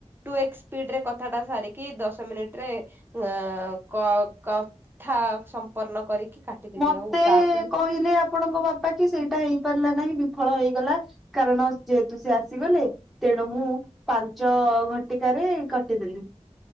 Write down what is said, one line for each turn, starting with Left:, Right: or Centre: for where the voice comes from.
Right: ଟୁ ଏକ୍ସ ସ୍ପିଡିରେ କଥାଟା ସାରିକି ଦଶ ମିନିଟ୍ରେ ଅ କ କଥା ସମ୍ପନ୍ନ କରିକି। କାଟିଦେଲି
Centre: ମତେ
Right: ଆଉ ତାପରେ
Centre: କହିଲେ ଆପଣଙ୍କ ବାପା କି ସେଇଟା ହେଇପାରିଲା ନାହିଁ ବିଫଳ ହେଇଗଲା। କାରଣ ଯେହେତୁ ସେ ଆସିଗଲେ। ତେଣୁ ମୁଁ ପାଞ୍ଚ ଘଟିକାରେ କାଟିଦେଲି।